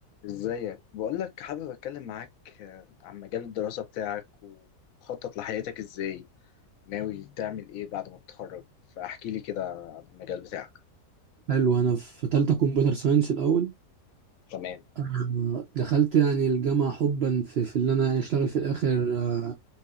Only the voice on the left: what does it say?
ازيك بقول لك حابب اتكلم معاك آه، عن مجال الدراسة بتاعك وخطط لحياتك ازاي ناوي تعمل ايه بعد ما تتخرج فاحكي لي كده عن المجال بتاعك
تمام